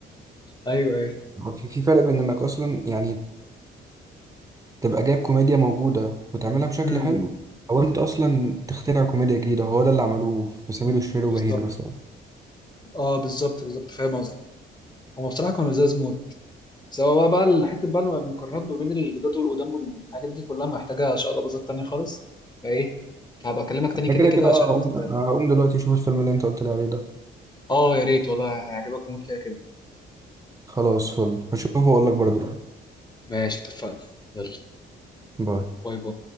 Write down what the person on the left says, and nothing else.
ايوه ايوه
امم
بالظبط
اه بالظبط بالظبط فاهم قصدي هم بصراحه كانوا لزاز موت سواء بقى الحته بقى المقارنات ما بين الجداد والقدام والحاجات دي كلها محتاجه ان شاء الله بازات تانية خالص فايه هبقى اكلمك تاني كده
كده
عشان
بس
اه يا ريت والله هيعجبك موت كده كده
ماشي اتفقنا يلا
باي باي